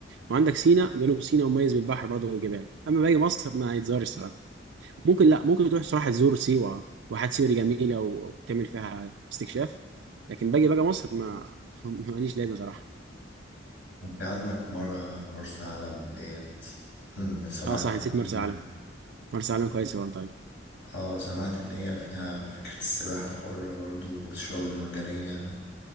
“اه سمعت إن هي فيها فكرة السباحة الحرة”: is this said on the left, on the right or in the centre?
Left